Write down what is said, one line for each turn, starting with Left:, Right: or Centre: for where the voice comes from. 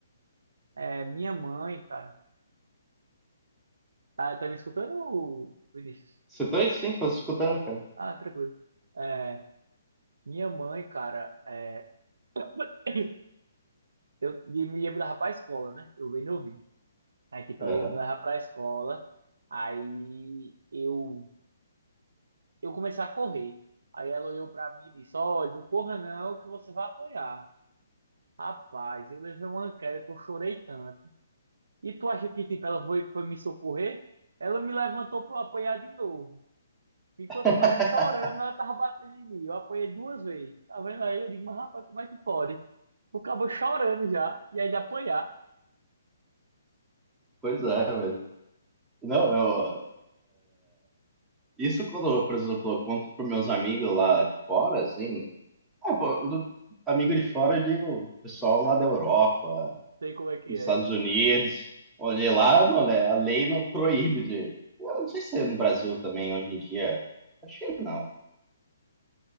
Right: É, minha mãe, cara, tá, tá me escutando, Vinícius?
Centre: Você tá aí sim, tô escutando, cara.
Right: Ah, tranquilo. É, minha mãe, cara, é, <laughs> eu ia me ia me levar pra escola, né? Eu bem novinho. Aí, tipo,
Centre: Aham.
Right: ela ia me levar pra escola. Aí eu, eu comecei a correr. Aí ela olhou pra mim e disse: Olha, não corra não, que você vai apanhar. Rapaz, eu levei uma queda que eu chorei tanto. E tu acha que, tipo, ela foi, foi me socorrer? Ela me levantou pra eu apanhar de novo. Enquanto
Centre: <laughs>
Right: eu tava chorando, ela tava batendo em mim. Eu apanhei duas vezes. Tá vendo aí? Eu digo: Mas rapaz, como é que pode? O cabo chorando já. E ainda apanhar.
Centre: Pois é, velho. Não, eu. Isso quando eu, por exemplo, eu conto pros meus amigos lá de fora, assim. Ah, pô, do- amigo de fora, eu digo, pessoal lá da Europa,
Right: Sei como é que
Centre: nos
Right: é.
Centre: Estados Unidos. Olha lá, mano, é- a lei não proíbe de. Eu não sei se é no Brasil também hoje em dia. Acho que não.